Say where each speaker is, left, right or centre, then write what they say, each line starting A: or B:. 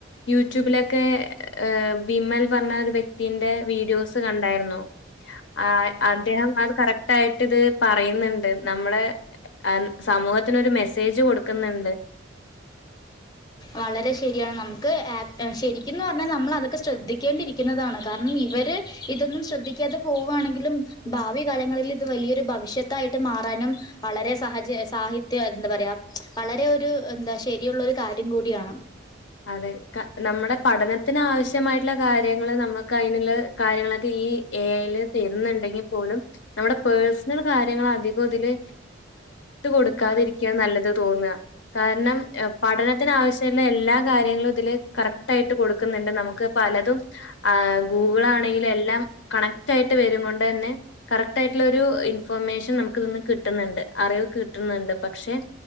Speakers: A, on the left (about 70°); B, on the left (about 20°).
A: യൂട്യൂബിലൊക്കെ ഏഹ് വിമൽ പറ്ഞ്ഞ ഒരു വ്യക്തിന്റെ വീഡിയോസ് കണ്ടായ്ര്ന്നു ആ അദ്ദേഹം അത് കറക്റ്റ് ആയി ട്ട്ത് പറയ്ന്ന്ണ്ട് നമ്മളെ സമൂഹത്ത്നൊരു മെസ്സേജ് കൊടുക്ക്ന്ന്ണ്ട്
B: വളരെ ശെരിയാണ് നമുക്ക് ശെരിക്ക്ന്ന് പറ്ഞ്ഞാൽ നമ്മളതൊക്കെ ശ്രദ്ധിക്കേണ്ടിരിക്കുന്നതാണ് കാരണം ഇവര് ഇതൊന്നും ശ്രദ്ധിക്കാതെ പോവാണെങ്കിലും ഭാവി കാലങ്ങളിൽ ഇത് വലിയൊരു ഭവിഷത്തായിട്ട് മാറ കാരണം വളരെ സഹച്യ സാഹിത്യ ന്താ പറ്യാ വളരെ ഒരു ശെരിയുള്ളോരു കാ ര്യം കൂടിയാണ്
A: അതെ നമ്മടെ പഠനത്തിന് ആവശ്യമായ്ട്ടുള്ള കാര്യങ്ങള് നമ്മക്ക് അയ്ന് ഈ ഏ ഐ ൽ തര്ന്ന്ണ്ടെങ്കിൽ പോലും നമ്മടെ പേഴ്സണൽ കാര്യങ്ങളധികും ഇതില് കൊടുക്കാതിരിക്കാ നല്ലത് തോന്നാ കാരണം പഠനത്തിന് ആവശ്യള്ള എല്ലാ കാര്യങ്ങള്തില് കറക്റ്റായ്ട്ട് കൊടുക്ക്ന്ന്ണ്ട് നമുക്ക് പലതും ഏ ഗൂഗിളാണെങ്കിലും എല്ലാം കണക്റ്റായിട്ട് വരും കൊണ്ടന്നെ കറക്റ്റായിട്ട്ള്ളൊരു ഇന്ഫോർമേഷൻ നമുക്ക്തിന്ന് കിട്ടുന്ന്ണ്ട് അറിവ് കിട്ന്ന്ണ്ട് പക്ഷെ